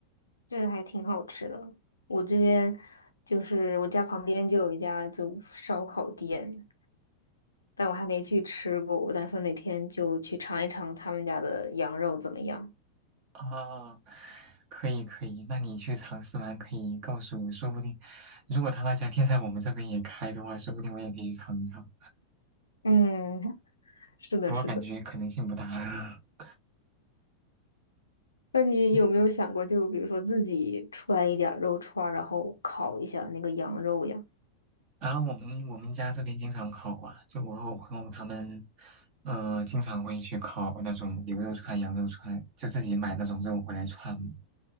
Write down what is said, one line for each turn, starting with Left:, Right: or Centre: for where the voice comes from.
Left: 这个还挺好吃的。我这边就是我家旁边就有一家就烧烤店，但我还没去吃过，我打算哪天就去尝一尝他们家的羊肉怎么样。
Right: 啊，可以可以，那你去尝试完可以告诉我，说不定如果他那家店在我们这边也开的话，说不定我也可以去尝一尝。
Left: 嗯，<laughs> 是的，
Right: 不过感觉可能性不大。
Left: 是的。
Right: <laughs>
Left: 那你有没有想过，
Right: 嗯
Left: 就比如说自己揣一点儿肉串儿，然后烤一下那个羊肉呀？
Right: 然后我们我们家这边经常烤啊，就我和我朋友他们，呃，经常会去烤那种牛肉串、羊肉串，就自己买那种肉回来串。